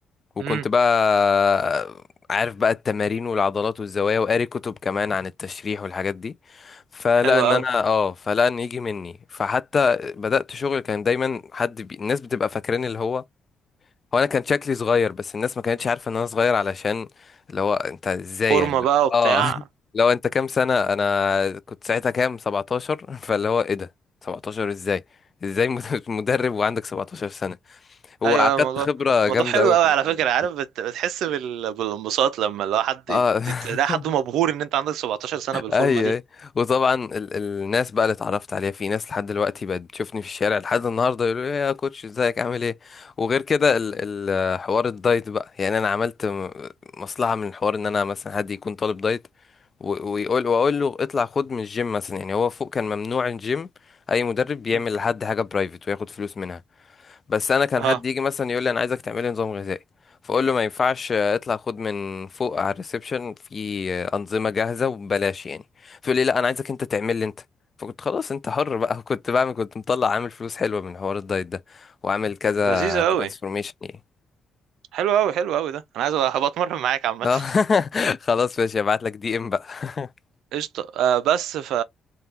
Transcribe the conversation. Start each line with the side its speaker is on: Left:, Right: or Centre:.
Left: وكنت
Right: امم
Left: بقى عارف بقى التمارين والعضلات والزوايا وقاري كتب كمان عن التشريح والحاجات دي فلقى
Right: حلو
Left: ان
Right: قوي
Left: انا اه فلقى ان يجي مني فحتى بدأت شغل كان دايما حد بي... الناس بتبقى فاكرين اللي هو هو انا كان شكلي صغير بس الناس ما كانتش عارفة ان انا صغير علشان اللي هو انت ازاي
Right: فورمه
Left: يعني اللي
Right: بقى
Left: هو-
Right: وبتاع
Left: اه <laughs> لو انت كام سنة انا كنت ساعتها كام 17 <laughs> فاللي هو ايه ده 17 ازاي ازاي مد- <laughs> مدرب وعندك 17 سنة وأخدت
Right: ايوه أيوة، الموضوع
Left: خبرة جامدة
Right: الموضوع حلو
Left: قوي
Right: قوي
Left: في المكان
Right: على فكره عارف بت... بتحس بال... بالانبساط لما لو حد
Left: اه
Right: يت- تلاقي حد
Left: <laughs>
Right: مبهور ان انت عندك 17 سنه بالفورمه
Left: اي
Right: دي
Left: اي وطبعا ال الناس بقى اللي اتعرفت عليها في ناس لحد دلوقتي بقت بتشوفني في الشارع لحد النهارده يقولوا لي إيه يا كوتش ازيك عامل ايه وغير كده ال ال حوار الدايت بقى يعني انا عملت م- مصلحه من الحوار ان انا مثلا حد يكون طالب دايت و- ويقول واقول له اطلع خد من الجيم مثلا يعني هو فوق كان ممنوع الجيم اي مدرب بيعمل
Right: مم.
Left: لحد حاجه برايفت وياخد فلوس منها بس انا كان
Right: اه
Left: حد يجي مثلا يقول لي انا عايزك تعملي نظام غذائي فاقول له ما ينفعش آه، اطلع خد من فوق على الريسبشن في آه، انظمه جاهزه وببلاش يعني فيقول لي لا انا عايزك انت تعمل لي انت فكنت خلاص انت حر بقى <laughs> كنت بعمل كنت مطلع عامل فلوس حلوه من حوار الدايت ده وعامل كذا
Right: لذيذه
Left: ترانسفورميشن
Right: قوي
Left: يعني
Right: حلو قوي حلو قوي ده انا عايز أبقى- هبقى اتمرن معاك عامه
Left: آه.
Right: <laughs>
Left: <laughs> خلاص ماشي هبعت لك دي ام بقى <laughs>
Right: قشطه آه بس ف